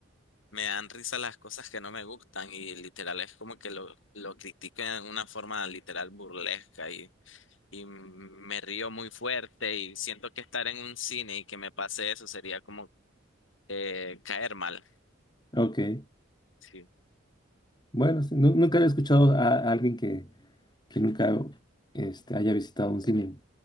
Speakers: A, on the left; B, on the left.
A: Me dan risa las cosas que no me gustan y literal es como que lo, lo critico en una forma literal burlesca y, y me río muy fuerte y siento que estar en un cine y que me pase eso sería como eh, caer mal.
B: Ok.
A: Sí,
B: Bueno, sí, nu- nunca he escuchado a, a alguien que, que nunca este, haya visitado un cine.